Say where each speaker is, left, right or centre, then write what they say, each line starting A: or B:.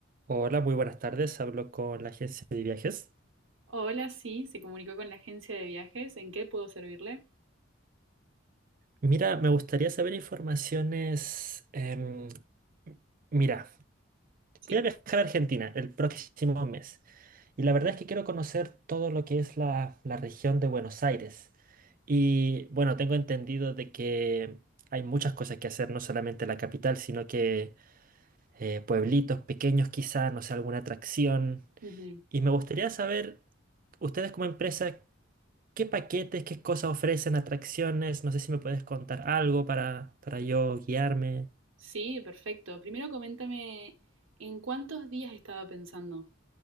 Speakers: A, on the right (about 45°); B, on the right (about 80°).
A: Hola, muy buenas tardes. Hablo con la agencia de viajes.
B: Hola, sí, se comunicó con la agencia de viajes. ¿En qué puedo servirle?
A: Mira, me gustaría saber informaciones. em, mira,
B: Sí.
A: voy a viajar a Argentina el próximo mes y la verdad es que quiero conocer todo lo que es la, la región de Buenos Aires. Y bueno, tengo entendido de que hay muchas cosas que hacer, no solamente la capital, sino que eh, pueblitos pequeños quizá, no sé, alguna atracción.
B: Ujú.
A: Y me gustaría saber, ustedes como empresa, ¿Qué paquetes, qué cosas ofrecen, atracciones? No sé si me puedes contar algo para, para yo guiarme.
B: Sí, perfecto. Primero coméntame en cuántos días estaba pensando.